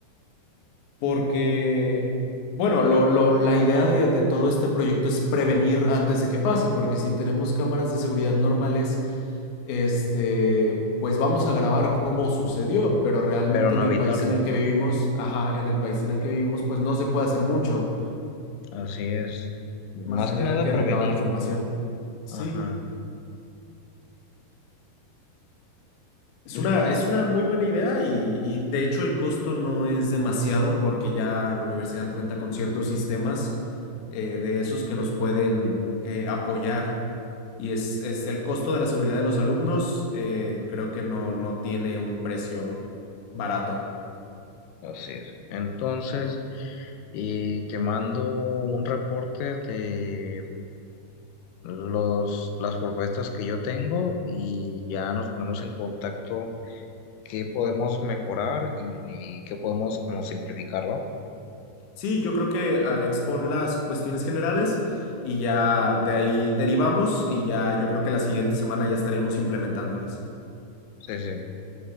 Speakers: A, on the left (about 65°); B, on the left (about 80°).
A: Porque, bueno, lo, lo- la idea de, de todo este proyecto es prevenir antes de que pase, porque si tenemos cámaras de seguridad normales, este, pues vamos a grabar cómo sucedió, pero realmente
B: Pero no
A: en el
B: evitarlo.
A: país en el que vivimos, ajá, en el país en el que vivimos, pues no se puede hacer mucho,
B: Así es. Más
A: más allá
B: que nada
A: de que
B: prevenir.
A: recabar información. Sí,
B: Ajá.
A: es
B: Mm,
A: una, es una muy buena idea y, y de hecho el costo no es demasiado porque ya la universidad cuenta con ciertos sistemas eh, de esos que nos pueden eh, apoyar. Y es, es el costo de la seguridad de los alumnos, eh, creo que no, no tiene un precio barato.
B: Así es. Entonces, eh, te mando un reporte de los, las propuestas que yo tengo y ya nos ponemos en contacto qué podemos mejorar y qué podemos como simplificar, ¿va?
A: Sí, yo creo que ah, expon las cuestiones generales y ya de ahí derivamos y ya yo creo que la siguiente semana ya estaríamos implementándolas.
B: Sí, sí.